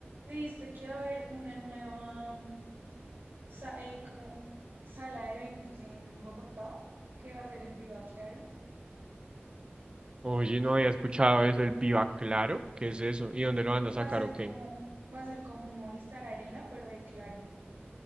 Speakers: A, on the right; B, on the right.
A: Viste que va a haber una nueva mm, sa- eh, como sala de eventos en Bogotá, que va a ser el Viva Claro.
B: Oye, no había escuchado eso, el Viva Claro. ¿Qué es eso? ¿Y dónde lo van a sacar
A: Va a ser
B: o qué?
A: como, va a ser como un Movistar Arena, pero de Claro.